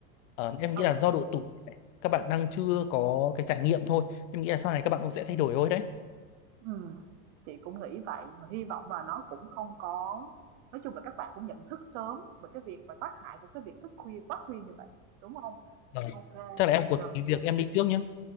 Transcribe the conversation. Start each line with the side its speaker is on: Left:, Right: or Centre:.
Left: Ờ, em
Right: ừ.
Left: nghĩ là do độ tuổi các bạn đang chưa có cái trải nghiệm thôi. Em nghĩ là sau này các bạn cũng sẽ thay đổi thôi đấy.
Right: ừ chị cũng nghĩ vậy mà hy vọng là nó cũng không có nói chung là các bạn cũng nhận thức sớm về cái việc và tác hại của cái việc thức khuya quá khuya như vậy, đúng không
Left: Vâng.
Right: ok kê,
Left: Chắc là em có
Right: rồi,
Left: tí việc em đi trước nhé.